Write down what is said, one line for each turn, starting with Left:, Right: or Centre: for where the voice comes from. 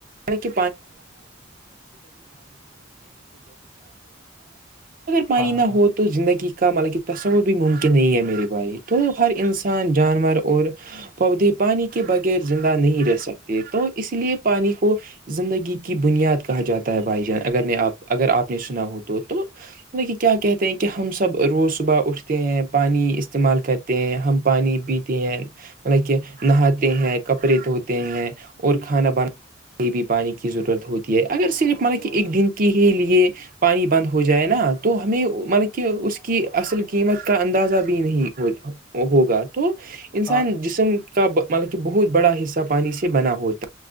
Right: <inaudible> اگر پانی
Left: ہاں ہاں
Right: نہ ہو تو زندگی کا مطا کہ تصور بھی ممکن نہیں ہے میرے بھائی تو ہر انسان جانور اور پودے پانی کے بغیر زندہ نہیں رہ سکتے تو اس لیے پانی کو زندگی کی بنیاد کہا جاتا ہے بھائی جان اگر نے آپ اگر آپ نے سنا ہو تو تو مطل کہ کیا کہتے ہیں کہ ہم سب روز صبح اٹھتے ہیں پانی استعمال کر ہیں ہم پانی پیتے ہیں مطلب کہ نہا ہیں کپڑے دھوتے ہیں اور کھانا بناانا یہ بھی پانی کی ضرورت ہوتی ہے اگر صرف ملب کہ ایک دن کے ہی لیے پانی بند ہو جائے نا تو ہمیں مطلب کہ اس کی اصل قیمت کا اندازہ بھی نہیں ہو ہوگا تو انسان
Left: ہاں
Right: جسم کا مطلب کہ بہت بڑا حصہ پانی سے بنا ہوتا